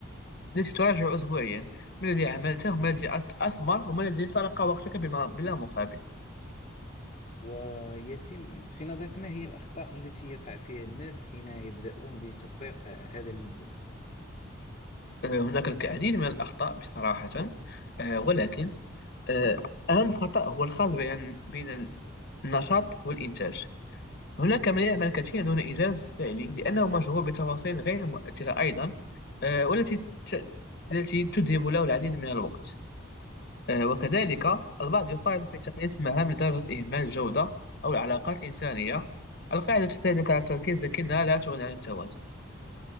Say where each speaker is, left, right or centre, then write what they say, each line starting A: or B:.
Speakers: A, on the left (about 55°); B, on the left (about 40°).
A: التي تراجع أسبوعيا ما الذي عملته وما الذي أث- أثمر وما الذي سرق وقتك بما- بلا مقابل
B: وياسين في نظرك ما هي الأخطاء التي يقع فيها الناس حين يبدأون بتطبيق هذا المبدأ
A: آه، هناك العديد من الأخطاء بصراحة آه، ولكن آه، أهم خطأ هو الخلط بين بين النشاط والإنتاج هناك من يعمل كثيرا دون إنجاز فعلي لأنه مشغول بتفاصيل غير مؤثرة أيضا آه، والتي ت- التي تذهب له العديد من الوقت آه، وكذلك البعض يقارن في تقليص المهام لدرجة إهمال الجودة أو العلاقات الإنسانية القاعدة تساعدك على التركيز لكنها لا تغني عن التوازن